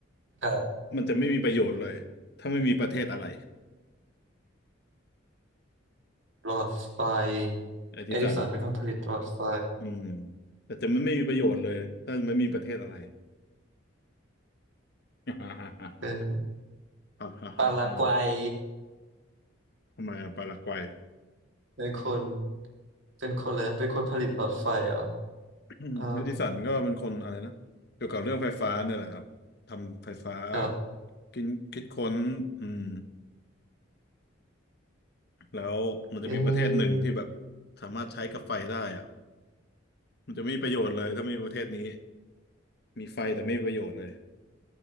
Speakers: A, on the right; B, on the left.
A: ครับ
B: มันจะไม่มีประโยชน์เลยถ้าไม่มีประเทศอะไร
A: หลอดไฟ
B: ไอ้ที่สัน
A: เอดิสันเป็นคนผลิตหลอดไฟ
B: อืมแต่จะมันไม่มีประโยชน์เลยถ้าไม่มีประเทศอะไร <laughs> ฮ่าฮ่าฮ่า
A: เป็น
B: ฮ
A: ปารากวัย
B: ่าทำไมอะปารากวัย
A: เป็นคนเป็นคนเลยนะเป็นคนผลิตหลอดไฟเหรอ
B: <clears throat> อืมเอดิสันก็เป็นคนอะไรนะเกี่ยวกับเรื่องไฟฟ้าเนี่ยแหละครับทำไฟฟ้า
A: เออครับ
B: คิดคิดค้นอืมแล้วมันจะมีประเทศหนึ่งที่แบบ
A: เอะ
B: สามารถใช้กับไฟได้อะมันจะไม่มีประโยชน์เลยถ้าไม่มีประเทศนี้มีไฟแต่ไม่มีประโยชน์เลย